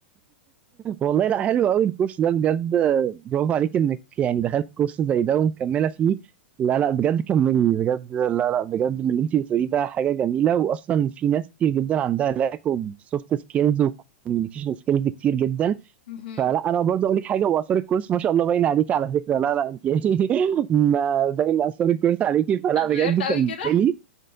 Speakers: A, on the right; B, on the left.
A: والله لا حلو قوي الكورس ده بجد آه، برافو عليك انك يعني دخلت كورس زي ده ومكمله فيه لا لا بجد كملي بجد لا لا بجد من اللي انت بتقوليه ده حاجه جميله واصلا في ناس كتير جدا عندها لاك اوف سوفت سكيلز وكوميونيكيشن سكيلز كتير جدا
B: مهم.
A: فلا انا برضه اقول لك حاجه واثار الكورس ما شاء الله باين عليكي على فكره لا لا انت يعني <laughs> ما باين اثار الكورس عليكي فلا
B: اتغيرت
A: بجد كملي
B: قوي كده